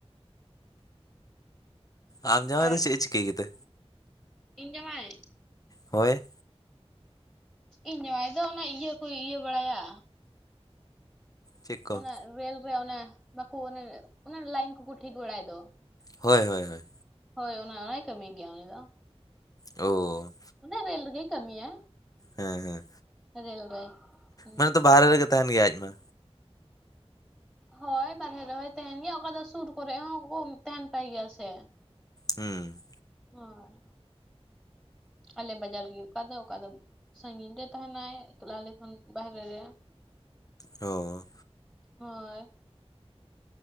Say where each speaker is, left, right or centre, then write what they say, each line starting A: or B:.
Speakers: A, on the left; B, in the centre.
A: ᱟᱢ ᱧᱟᱶᱟᱭ
B: ᱟᱨ
A: ᱫᱚ ᱪᱮᱫ ᱮ ᱪᱤᱠᱟᱹᱭ ᱜᱮᱛᱮ
B: ᱤᱧ ᱡᱟᱢᱟᱭ
A: ᱦᱳᱭ
B: ᱤᱧ ᱡᱟᱶᱟᱭ ᱫᱚ ᱚᱱᱟ ᱤᱭᱟᱹ ᱠᱚᱭ ᱤᱭᱟᱹ ᱵᱟᱲᱟᱭᱟ
A: ᱪᱮᱫ ᱠᱚ
B: ᱚᱱᱟ ᱨᱮᱞ ᱨᱮ ᱚᱱᱟ ᱵᱟᱠᱩ ᱚᱱᱮ ᱚᱱᱟ ᱞᱟᱭᱤᱱ ᱠᱚ ᱠᱚ ᱴᱷᱤᱠ ᱵᱟᱲᱟᱭ ᱫᱚ
A: ᱦᱳᱭ ᱦᱳᱭ ᱦᱳᱭ
B: ᱦᱳᱭ ᱚᱱᱟ ᱚᱱᱟᱭ ᱠᱟᱹᱢᱤ ᱜᱮᱭᱟ ᱩᱱᱤ ᱫᱚ
A: ᱳ
B: ᱚᱱᱟ ᱨᱮᱞ ᱨᱮᱜᱮᱭ ᱠᱟᱹᱢᱤᱭᱟ
A: ᱦᱮᱸ ᱦᱮᱸ
B: ᱵᱮᱞ ᱨᱮ <unintelligible>
A: ᱢᱟᱱᱮ ᱛᱚ ᱵᱟᱦᱨᱮ ᱨᱮᱜᱮ ᱛᱟᱦᱮᱱ ᱜᱮᱭᱟ ᱟᱡ ᱢᱟ
B: ᱦᱳᱭ ᱵᱟᱦᱨᱮ ᱨᱮᱦᱚᱸᱭ ᱛᱟᱦᱮᱱ ᱜᱮᱭᱟ ᱚᱠᱟ ᱫᱚ ᱥᱩᱨ ᱠᱚᱨᱮ ᱦᱚᱸ ᱛᱟᱦᱮᱱ ᱛᱟᱭ ᱜᱮᱭᱟ ᱥᱮ
A: ᱦᱩᱸ
B: ᱦᱳᱛ ᱟᱞᱮ <unintelligible> ᱡᱟᱨ ᱜᱮ ᱚᱠᱟ ᱫᱚ ᱚᱠᱟ ᱫᱚ ᱥᱟᱸᱜᱤᱧ ᱨᱮ ᱛᱟᱦᱮᱱᱟᱭ ᱮᱠᱞᱟ ᱡᱚᱠᱷᱚᱱ ᱵᱟᱦᱨᱮ ᱨᱮ
A: ᱚ
B: ᱦᱳᱭ